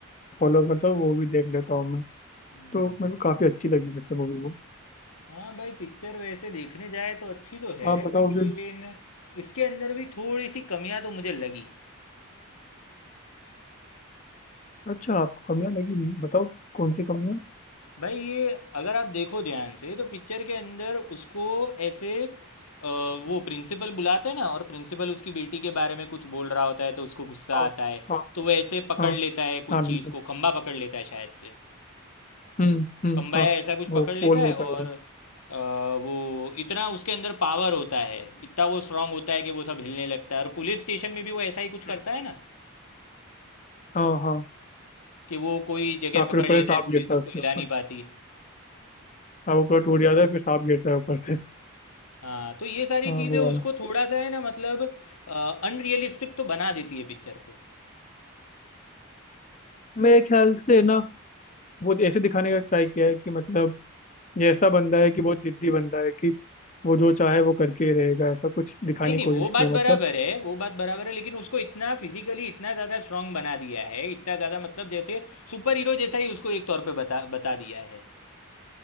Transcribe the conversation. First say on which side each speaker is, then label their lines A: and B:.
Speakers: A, on the left (about 35°); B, on the left (about 90°).
A: फॉलो करता हूँ वो भी देख लेता हूँ मैं
B: हम्म।
A: तो मेरे को काफी अच्छी लगी वैसे मूवी वो
B: हाँ भाई पिक्चर वैसे देखने जाए तो अच्छी तो है
A: आप बताओ
B: लेकिन
A: फिर
B: इसके अंदर भी थोड़ी सी कमियां तो मुझे लगी
A: अच्छा आपको कमियाँ लगी बताओ कौन सी कमियाँ
B: भाई ये अगर आप देखो ध्यान से तो पिक्चर के अंदर उसको ऐसे अ, वो प्रिंसिपल बुलाते हैं ना और प्रिंसिपल उसकी बेटी के बारे में कुछ बोल रहा होता है तो उसको गुस्सा
A: हाँ
B: आता है
A: हाँ
B: तो वो ऐसे पकड़
A: हाँ
B: लेता है कुछ
A: हाँ
B: चीज़
A: बिल्कुल
B: को खंबा पकड़ लेता है शायद से
A: हम्म हम्म
B: खंबा
A: हाँ
B: या ऐसा कुछ पकड़
A: वो
B: लेता
A: पोल
B: है
A: होता
B: और
A: है उधर
B: अ, वो इतना उसके अंदर पावर होता है इतना वो स्ट्रांग होता है कि वो सब हिलने लगता है और पुलिस स्टेशन में भी वो ऐसा ही कुछ करता
A: हम्म,
B: है ना
A: हाँ हाँ
B: कि वो कोई जगह
A: हाँ
B: पकड़
A: फिर ऊपर
B: लेता
A: से सांप
B: है पुलिस
A: गिरता है
B: उसको
A: उसके
B: हिला
A: ऊपर
B: नहीं पाती
A: हाँ वो पूरा टूट जाता है फिर सांप गिरता है ऊपर से
B: हाँ तो ये सारी
A: हाँ
B: चीज़ें
A: वो
B: उसको
A: वाला
B: थोड़ा सा है ना मतलब अनरियलिस्टिक तो बना देती है पिक्चर को
A: मेरे ख्याल से ना वो ऐसे दिखाने का ट्राई किया है कि मतलब ये ऐसा बंदा है कि बहुत जिद्दी बंदा है कि वो जो चाहे वो करके ही रहेगा ऐसा कुछ दिखाने
B: नहीं नहीं
A: की कोशिश
B: वो बात
A: की है
B: बराबर
A: मतलब
B: है वो बात बराबर है लेकिन उसको इतना फिजिकली इतना ज़्यादा स्ट्रांग बना दिया है इतना ज़्यादा मतलब जैसे सुपर हीरो जैसा ही उसको एक तौर पे बता बता दिया है